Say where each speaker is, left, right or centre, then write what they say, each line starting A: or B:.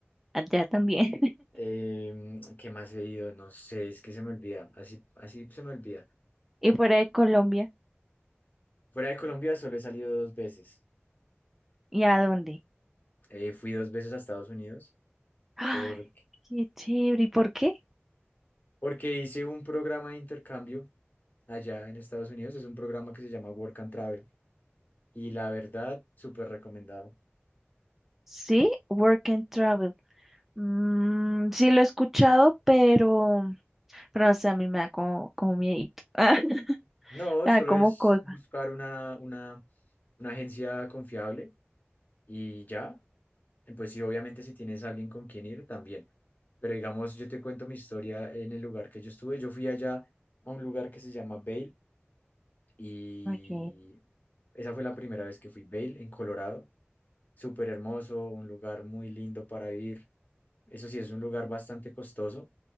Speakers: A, in the centre; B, on the left.
A: allá también.
B: em, ¿qué más he ido? No sé, es que se me olvida. Así, así se me olvida.
A: <laughs> ¿Y fuera de Colombia?
B: Fuera de Colombia solo he salido dos veces.
A: ¿Y a dónde?
B: Eh, fui dos veces a Estados Unidos
A: Ay,
B: porque,
A: qué chévere. ¿Y por qué?
B: porque hice un programa de intercambio allá en Estados Unidos. Es un programa que se llama Work and Travel. Y la verdad, súper recomendado.
A: Sí, Work and Travel. Mm, sí lo he escuchado, pero Pero no sé, a mí me da como, como miedito. <laughs>
B: No,
A: Me
B: solo
A: da como
B: es
A: cosa.
B: buscar una, una, una agencia confiable y ya. Eh, Pues sí, obviamente si tienes alguien con quien ir, también. Pero digamos, yo te cuento mi historia en el lugar que yo estuve. Yo fui allá a un lugar que se llama Vail y
A: Ok.
B: esa fue la primera vez que fui. Vail, en Colorado. Súper hermoso, un lugar muy lindo para ir. Eso sí, es un lugar bastante costoso,